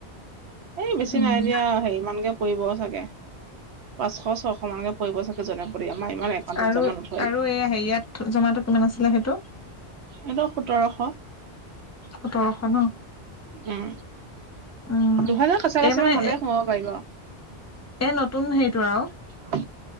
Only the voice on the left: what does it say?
উম
আৰু
আৰু এয়া হেইয়াত জমাটো কিমান আছিলে সেইটো
সোতৰশ ন
উম
এই মানে
এ
এই নতুন হেৰিটো আৰু